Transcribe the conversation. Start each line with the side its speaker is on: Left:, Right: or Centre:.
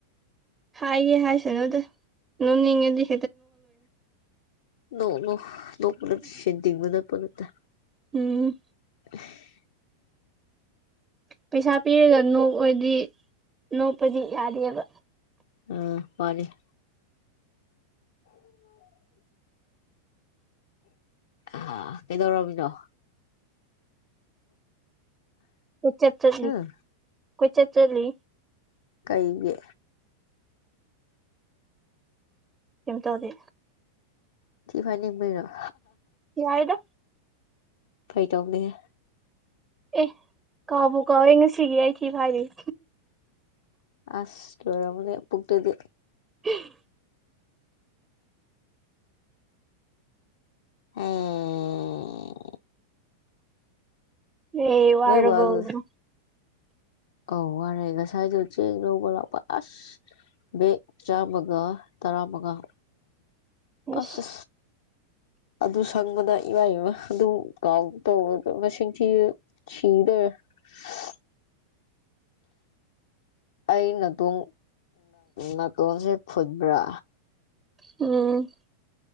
Right: ꯍꯥꯏꯒꯦ ꯍꯥꯏꯁꯅꯨꯗ ꯅꯣꯝꯅꯤꯡꯉꯗꯤ
Left: ꯅꯣꯛꯎꯨ ꯅꫭꯛꯎꯨ ꯅꫭꯛꯄꯗ ꯁ‌ꯦꯜ ꯇꯤꯡꯒꯗꯕ ꯄꫭꯠ ꯅꯠꯇ‌ꯦ
Right: ꯎꯝ
Left: ꯑ <unintelligible>
Right: ꯄꯩꯁꯥ ꯄꯤꯔꯒ ꯅꯣꯛꯑꯗꯤ ꯅꯣꯛꯄꯗꯤ ꯌꯥꯗꯦꯕ
Left: ꯎꯝ <unintelligible> ꯑꯥ ꯀꯩꯗꯧꯔꯝꯃꯤꯅꯣ
Right: ꯀꫭꯏꯆꯠ ꯆꯠꯂꯤ
Left: ꯍꯨꯝ
Right: ꯀꫭꯏꯆꯠ ꯆꯠꯂꯤ
Left: ꯀꯩꯒꯤ
Right: ꯀꯝ ꯇꯧꯗ‌ꯦ
Left: ꯊꯤꯐꯥꯏꯅꯤꯡꯕꯩꯔꫭ
Right: ꯌꯥꯏꯗ
Left: ꯐꯒꯤꯇꯧꯅꯤꯍ‌ꯦ
Right: ꯑꯦ ꯀꯥꯎꯕ ꯀꯥꯎꯋꯤ ꯉꯁꯤꯒꯤ ꯑꯩ ꯊꯤ ꯐꯥꯏꯗꯔꯤ
Left: ꯑꯁ ꯂꫭꯏꯔꯝꯃꯅꯤ ꯄꯨꯛꯇꯨꯗꯤ
Right: ꯎꯝ <unintelligible>
Left: ꯎꯝ <unintelligible>
Right: ꯍ‌ꯦ ꯋꯔꯕꫭ
Left: ꯅꯣꯏ ꯕꯥꯗꯣ ꯑꯧ ꯋꯔꯦ ꯉꯁꯥꯏꯗꯨ ꯆꯦꯡ ꯂꯧꯕ ꯂꯥꯛꯄ ꯑꯁ ꯕ‌ꯦꯛ ꯆꯥꯝꯃꯒ ꯇꯔꯥ ꯃꯪꯉꯥ
Right: ꯏꯁ
Left: ꯑꯁ ꯑꯗꯨ ꯁꯪꯕꯗ ꯏꯃ ꯏꯃ ꯑꯗꯨ ꯀꯥꯎꯕ ꯇꯧꯕꯗ ꯃꯁꯤꯡ ꯊꯤ <unintelligible> ꯁꯤꯤꯗ <unintelligible> ꯑꯩ ꯅꯥꯇꯣꯡ ꯅꯥꯇꯣꯟꯁꯦ ꯐꯨꯜꯕ꯭ꯔꯥ
Right: ꯎꯝ